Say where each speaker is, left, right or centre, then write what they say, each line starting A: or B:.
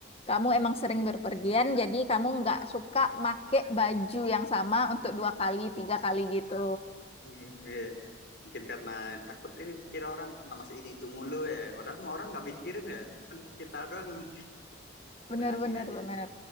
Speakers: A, on the left (about 30°); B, on the left (about 60°).
A: kamu emang sering berpergian jadi kamu enggak suka make baju yang sama untuk dua kali tiga kali gitu.
B: Hmm, iya. mungkin karena takut ini kira orang nah masa itu itu mulu ya padahal mah orang nggak mikirin ya kan kita doang yang kadang
A: Benar,
B: aneh
A: benar,
B: aja
A: benar.